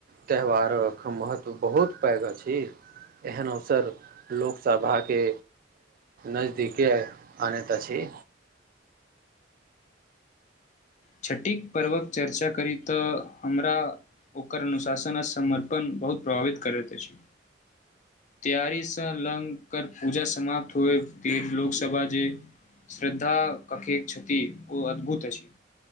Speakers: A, on the right; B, on the left.
A: त्यौहारक महत्व बहुत पैघ अछि एहन अवसर लोकसभाके नजदीके आनैत अछि
B: छठिक पर्वक चर्चा करी तऽ हमरा ओकर अनुशासन आ समर्पण बहुत प्रभावित करैत अछि तैयारीसँ लग कर पूजा समाप्त होए फर लोकसभा जे श्रद्धा कखे छथि ओ अद्भुत अछि